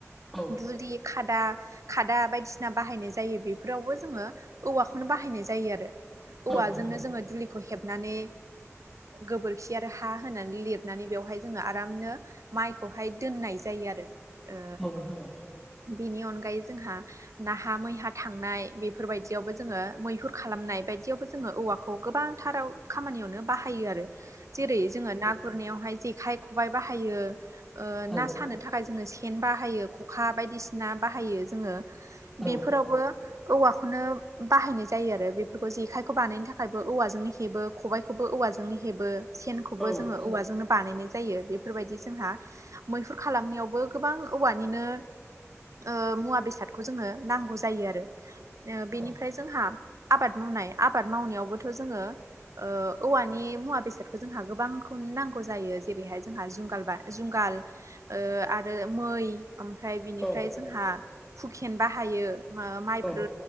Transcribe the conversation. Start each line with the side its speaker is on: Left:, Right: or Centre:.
Centre: औ नोंथां औ
Right: दुलि खाद दा खादा बायदिसिना बाहायनाय जायो बेफोरावबो जोङो औवाखौनो बाहायनाय जायो आरो। औवाजोंनो
Centre: औ नोंथां
Right: जोङो दुलिखौ हेबनानै गोबोरखि आरो हा हा होनानै लिरनानै बेवहाय जोङो आरामनो माइखौहाय दोननाय जायो आरो। ओ
Centre: औ नोंथां औ
Right: बिनि अनगायै जोंहा नाहा मैहा थांनाय बेफोरबाय दियावबो जोङो मैहुर खालामनाय बायदियावबो जोङो औवाखौ गोबांथाराव खामानियावनो बाहायो आरो जेरै जोङो ना गुरनायहाय जेखाय खबाय बाहायो ओ ना
Centre: औ
Right: सानो थाखाय जोंनो से न बाहायो ख'खा बायदिसिना बाहायो जोङो बेफोरावबो
Centre: औ
Right: औवाखौनो बाहायनाय जायो आरो बेफोरखौ जेखायखौ बानायनो थाखायबो औवाजोंनो हेबो। खबबायखौबो औवाजोंनो हेबो सेनखौबो
Centre: नोंथां
Right: जोङो औवाजोंनो बानायनाय जायो बे फोरबायदि जोंहा मैहुर खालामनायावबो गोबां औवानिनो ओ मुवा बेसादखौ जोङो नांगौ जायो आरो बेनिफ्राय
Centre: औ नोंथां औ नोंथां औ
Right: जोंहा आबाद मावनाय आबाद मावनायावबोथ' जोङो ओ औवानि मुवा बेसादखौ जोंहा गो बांखौनो नांगौ जायो जेरैहाय जोंहा जुंगाल बा जुंगाल ओ आरो मै ओमफ्राय बिनिफ्राय
Centre: औ
Right: जोंहा हुखेन बाहायो मा माइफोर
Centre: औ नोंथां औ नोंथां औ